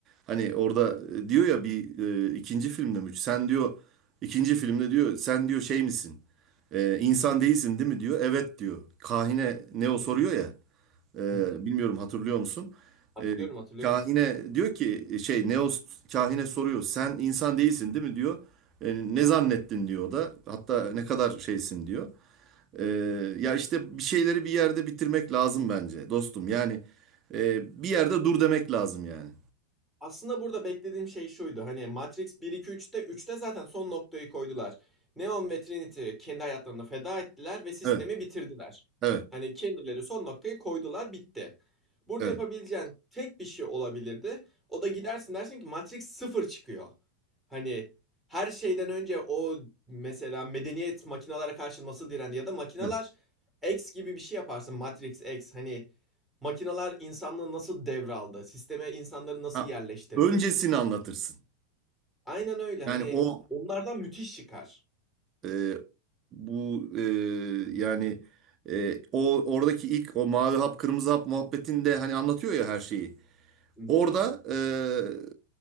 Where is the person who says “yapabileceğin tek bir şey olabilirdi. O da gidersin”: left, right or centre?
Centre